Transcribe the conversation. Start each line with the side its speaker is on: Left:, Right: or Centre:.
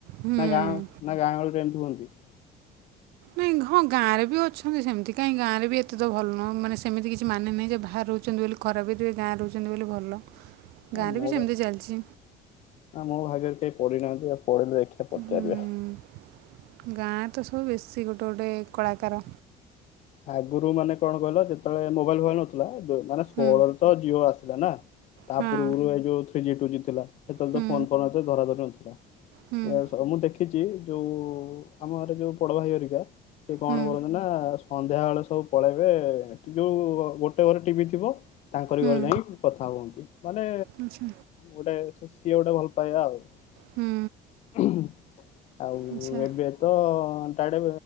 Right: ହୁଁ
Left: ନା ଗାଁ ନା ଗାଁ ଗହଳିରେ ଏମିତି ହୁଅନ୍ତି?
Right: ହୁଁ। ହଁ ଗାଁରେ ବି ଅଛନ୍ତି ସେମିତି କାହିଁ ଗାଁରେ ବି ଏତେ ତ ଭଲ ନୁହଁ ମାନେ ସେମିତି କିଛି ମାନେ ନାହିଁ ଯେ ବାହ ରହୁଛନ୍ତି ବୋଲି ଖରାପ ବିଥୁ ଗାଁରେ ରହୁଛନ୍ତି ବୋଲି ଭଲ ଗାଁରେ
Left: ଆ ମୋ
Right: ବି ସେମିତି
Left: ବା
Right: ଚାଲିଛି
Left: <inaudible> ମୋ ଭାଗରେ କେହି ପଡି ନାହାନ୍ତି ଆଉ। ପଡ଼ିଲେ ଦେଖିବା ପଚାରିବା।
Right: ହୁଁ ଗାଁ ତ ସବୁ ବେଶୀ ଗୋ ଟୋ ଗୋଟେ କଳାକାର
Left: ଆଗରୁ ମାନେ କଣ କହିଲ ଯେତେବେଳେ ମୋବାଇଲ ଭଲ ନଥିଲା ମାନେ ଷୋହଳରେ
Right: ହୁଁ
Left: ତ ଜିଓ ଆସି ଥିଲା ନା ତା
Right: ହଁ
Left: ପୂର୍ବରୁ ଏଇ ଯୋଉ ଥ୍ରୀ ଜି ଫି ଜି ଥିଲା ସେତେବେଳେ
Right: ହୁଁ
Left: ତ ଫୋନ ଫୋନ ଏତ ଧରା ଧରି ନଥିଲା।
Right: ହୁଁ
Left: ଆଚ୍ଛା ମୁଁ ଦେଖିଛି ଯୋଉ ଆମ ଘରେ ଯୋଉ ବଡ଼ ଭାଇ ହରିକା ସେ କଣ
Right: ହୁଁ
Left: କରନ୍ତି ନା ସୋ ଳେ ସବୁ ପଳେଇବେ ଯୋଉ ଗୋଟେ ଘରେ ଟିଭି ଥିବ ତାଙ୍କରି
Right: ହୁଁ
Left: ଘରେ ଯାଇ କଥା ହୁଅନ୍ତି ମାନେ
Right: ଆଚ୍ଛା
Left: ଗୋଟେ ସିଏ ଗୋଟା ଭଲ ପାଇବା ଆଉ
Right: ହୁଁ
Left: <inaudible> ହୁଁ ଆଉ
Right: ଆଚ୍ଛା
Left: ଏବେ ତ ଟାଡେ